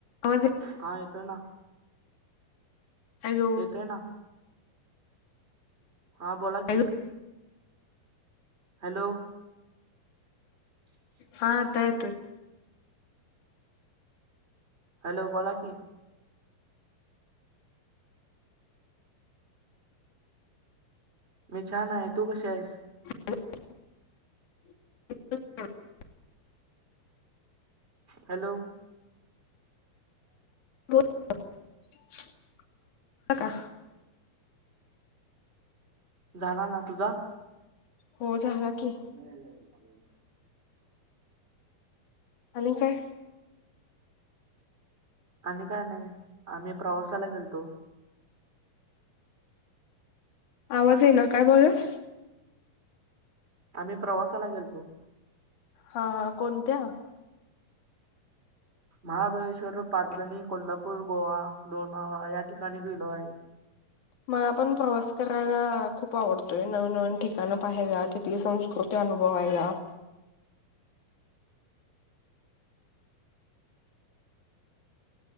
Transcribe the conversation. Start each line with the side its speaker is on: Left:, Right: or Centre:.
Left: आवाज
Right: हा येतय ना.
Left: हॅलो!
Right: दे ना.. हा बोला
Left: हॅलो
Right: की हॅलो!
Left: हा आता येतोय
Right: हॅलो बोला की मी छान आहे.. तू कशी आहेस?
Left: ह <unintelligible>
Right: हॅलो!
Left: बोल की आवाज येतोय का? <unintelligible>
Right: झाला ना तुझा?
Left: हो झाला की..
Right: नाही झाला <unintelligible>
Left: आणि काय?
Right: आणि काय नाही आम्ही प्रवासाला गेलतो
Left: आवाज येई ना.. काय बोलास?
Right: आम्ही प्रवासाला गेलतो..
Left: हा हा..... कोणत्या?
Right: महाबळेश्वर, पाचगणी, कोल्हापूर, गोवा, लोणावळा या ठिकाणी गेलो आहे.
Left: मला पण प्रवास करायला खूप आवडतोय.. नवनवीन ठिकाणं पाहायला तिथे संस्कृती तो ते अनुभववायला